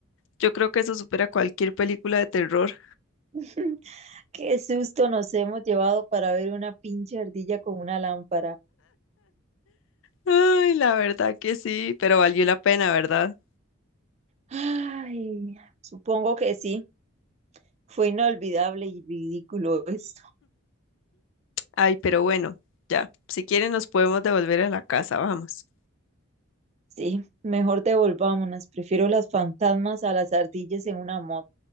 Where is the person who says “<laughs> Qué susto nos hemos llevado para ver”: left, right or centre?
Right